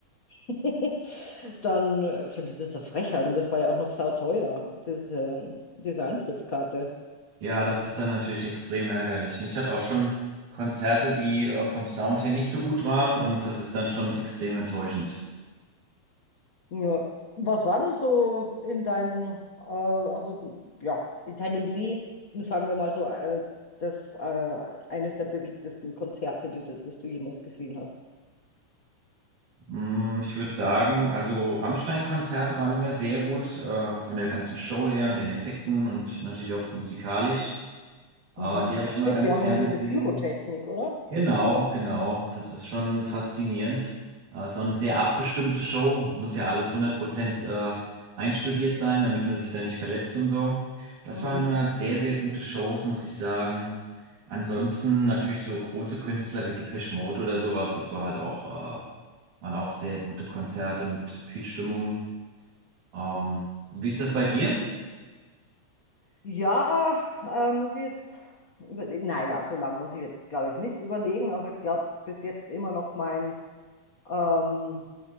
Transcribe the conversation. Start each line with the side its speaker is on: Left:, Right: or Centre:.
Left: <laughs> dann äh, finde ich das eine Frechheit. Und das war ja auch noch sauteuer, diese, diese Eintrittskarte.
Right: Ja, das ist dann natürlich extrem ärgerlich. Und Ich hatte auch schon Konzerte, die äh, vom Sound her nicht so gut waren und das ist dann schon extrem enttäuschend.
Left: Ja. Was war denn so in deinem, äh, also ja, in deinem Leben, sagen wir mal so, äh, das äh, eines der bewegtesten Konzerte, die du, das du jemals gesehen hast?
Right: Mm, Ich würde sagen, also Rammstein-Konzerte waren immer sehr gut, äh, von der ganzen Show her und den Effekten und natürlich auch musikalisch. Äh,
Left: Mhm.
Right: Die habe
Left: Ach
Right: ich immer
Left: stimmt,
Right: ganz
Left: die haben
Right: gern
Left: immer diese
Right: gesehen.
Left: Pyrotechnik, oder?
Right: Genau, genau. Das ist schon faszinierend. Äh, Es war eine sehr abgestimmte Show. Muss ja alles 100% äh, einstudiert sein, damit man sich da nicht verletzt und so. Das
Left: Mhm.
Right: waren immer sehr, sehr gute Shows, muss ich sagen. Ansonsten natürlich so große Künstler wie Depeche Mode oder sowas. Das war halt auch, äh, waren auch sehr gute Konzerte mit viel Stimmung. Ähm, wie ist das bei dir?
Left: Ja, äh, muss ich jetzt überlegen. Naja, so lange muss ich jetzt, glaube ich, nicht überlegen. Also ich glaube, bis jetzt immer noch mein ähm,